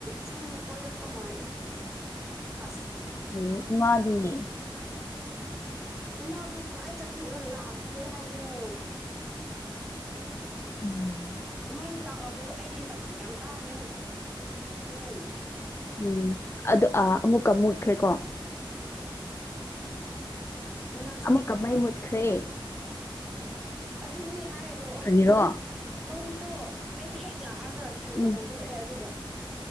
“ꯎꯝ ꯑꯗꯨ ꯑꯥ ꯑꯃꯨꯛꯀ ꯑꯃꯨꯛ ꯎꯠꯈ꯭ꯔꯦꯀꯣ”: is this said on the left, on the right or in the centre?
Left